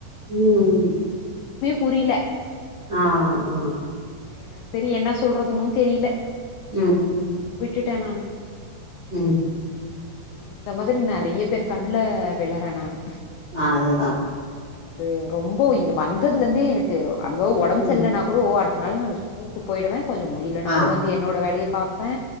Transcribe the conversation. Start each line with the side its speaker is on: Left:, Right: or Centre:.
Right: உம் உம்
Left: புரியில
Right: ஆ ஆ
Left: எனக்கு சரி என்ன சொல்றதுனு தெரில
Right: ம் ம்
Left: விட்டுடே நானு
Right: ம்
Left: ஆ அந்த மாதிரி நறைய பேர் கண்ல விழறே நானு
Right: ஆ அதுதா
Left: அது ரொம்போ இங்க வந்ததுலந்தே எனக்கு அங்க ஒடம்பு
Right: ம்
Left: சர்லனா கூடோ அடுத் னாலு நானு ஸ்கூலுக்கு போயிடுவே கொஞ்சோ முடிலனாலு
Right: ஆ
Left: வந்து என்னோட வேலய பாப்பே